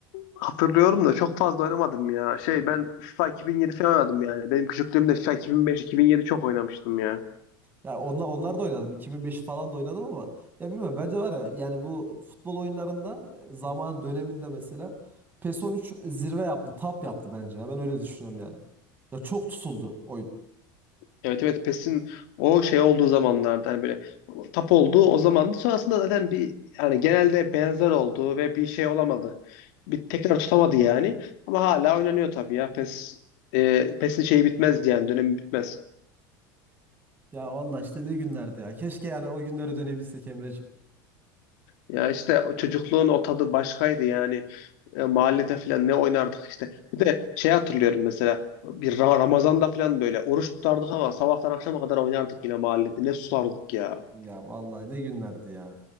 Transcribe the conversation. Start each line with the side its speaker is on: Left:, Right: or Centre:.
Left: hatırlıyorum da çok fazla oynamadım ya. Şey
Right: Hmm.
Left: ben FIFA 2007 falan oynadım yani. Benim küçüklüğümde FIFA 2005-2007 çok oynamıştım ya.
Right: Ya onlar, onlar da oynadım iki bin beşi falan da oynadım ama ya bilmiyorum bence var ya yani bu futbol oyunlarında e, zaman döneminde mesela PES on üç zirve yaptı tap yaptı bence ya ben öyle düşünüyorum yani. Ya çok tutuldu oyun.
Left: Evet evet PES'in o şey olduğu zamanlarda hani böyle tap olduğu o zamandı. Sonrasında zaten bir yani genelde benzer oldu ve bir şey olamadı. Bir tekrar tutamadı yani. Ama hala oynanıyor tabii ya. PES e, PES'in şeyi bitmez yani dönemi bitmez.
Right: Ya valla işte ne günlerdi ya keşke yani o günlere dönebilsek Emreciğim.
Left: Ya işte o çocukluğun o tadı başkaydı yani. E, mahallede falan ne oynardık işte. Bir de şey hatırlıyorum mesela bir Ra- Ramazan'da falan böyle oruç tutardık ama sabahtan akşama kadar oynardık yine mahallede. Ne susardık ya.
Right: Ya vallahi ne günlerdi ya.